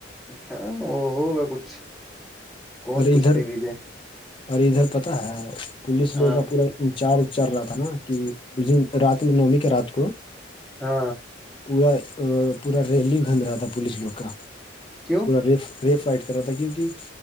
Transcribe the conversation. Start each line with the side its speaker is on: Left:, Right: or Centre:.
Centre: ہاں وہ ہوگا کچھ کون
Left: اے
Centre: پوچھنے
Left: ادھر
Centre: بھی جائے
Left: اوررے ادھر پتا ہے پولیس لوگوں
Centre: ہاں
Left: کا پورا چار چار رہا تھا نا کہ اس رات میں نومی کے رات کو
Centre: ہاں
Left: پورا پورا ریلی گھوم رہا تھا پولیس لوگ کا
Centre: کیوں
Left: رف ریف رائٹ کر رہا تھا کیونکہ